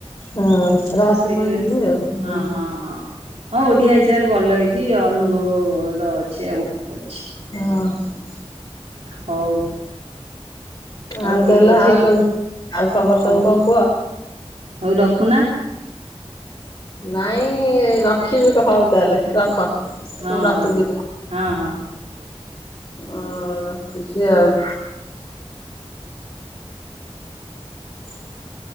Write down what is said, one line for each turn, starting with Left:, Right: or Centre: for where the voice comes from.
Left: ହଁ ରହସ୍ୟମୟ
Right: ହଁ
Left: ଫିଲ୍ମ ଆଉ ହଉ
Right: ହଁ ହଁ ଓଡିଆ ହିସାବରେ ଭଲ ହେଇଚି। ଅନୁଭବର ଅଛି ଆଉ ଅଛି।
Left: ହଁଅଁ।
Right: ହଉ। ହଉ
Left: ଆଉ
Right: ଠିକ୍
Left: ତାହେଲେ
Right: ଅଛି
Left: ଆଉ ସବୁ ଆଉ ଖବର
Right: ହଉ
Left: ସବୁ କଣ କୁହ।
Right: ହଉ ରଖୁନା।
Left: ନାଇଁ ରଖିବି ହଉ ତାହେଲେ ରଖ।
Right: ହଁ
Left: ମୁଁ ରଖୁଛି
Right: ରଖ ହଁ ହଁ।
Left: ହଁ ରଖୁଛି ଆଉ। ହ <unintelligible>